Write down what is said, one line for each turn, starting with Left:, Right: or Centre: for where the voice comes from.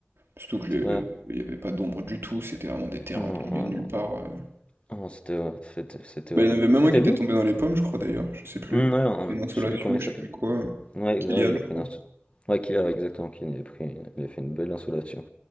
Right: Surtout que le-
Left: Ouais,
Right: il n'y avait pas d'ombre du tout, c'était vraiment des terrains
Left: non,
Right: en milieu
Left: non,
Right: de nulle
Left: non,
Right: part. euh.
Left: non, c'était ouais, c'était c'était
Right: Bah,
Left: horrible.
Right: il y en avait même
Left: C'était
Right: un qui était
Left: venu?
Right: tombé dans les pommes, je crois d'ailleurs, je sais plus.
Left: Ouais,
Right: Il
Left: en-
Right: avait fait une insolation,
Left: je sais plus comment
Right: ou
Left: il
Right: je
Left: s'appelle.
Right: sais plus quoi. euh,
Left: Ouais,
Right: Kylian,
Left: ouais, il
Right: je
Left: a pris
Right: crois.
Left: une insolation. Ouais, qu'il a, exactement, qu'il a pris une- il a fait une belle insolation.